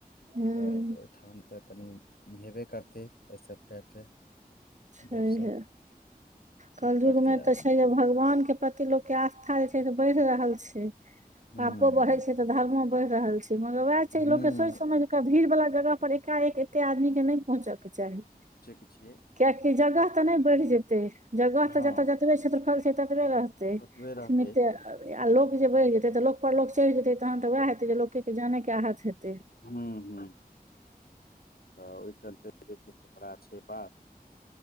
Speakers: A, on the right; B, on the left.
A: हूँ
B: तऽ ओहिठाम त कनि हेबे करतै। एहि सब टाइप के
A: छैहे
B: गप सप की
A: कलयुगमे
B: करतै आदमी
A: तऽ छै जे, भगवानके प्रति लोकके आस्था जे छै से बढ़ि रहल छै।
B: हुं
A: पाप बढ़ै छै त धर्मो बढ़ रहल छै, मगर वएह छै
B: हुं
A: लोको के सोइच-समझ क भीड़ वला जगह पर एकाएक एते आदमी के नहि पहुंचके चाही।
B: पिछियै
A: कियाकि जगह तऽ नहि बढ़ि जेतै। जगह तऽ
B: हँ
A: जतऽ जतबे क्षेत्रफल छै, ततबे रहतै से
B: ओतबे रहतै
A: सिमिते आ लोक जे बढ़ि जेतै, तऽ लोकपर लोक चढ़ि जेतै तहन तऽ वैएह हेतै जे लोके के जाने के आाहत हेतै।
B: हम्म-हम्म तऽ ओहि चलते जे छै से बड़ा छै बात